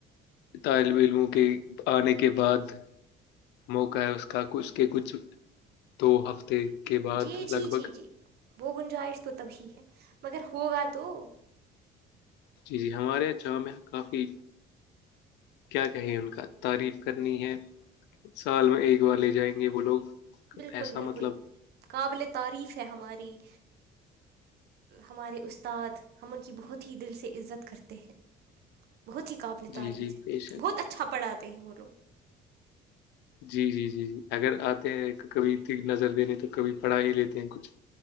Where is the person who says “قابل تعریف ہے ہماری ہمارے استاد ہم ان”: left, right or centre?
Right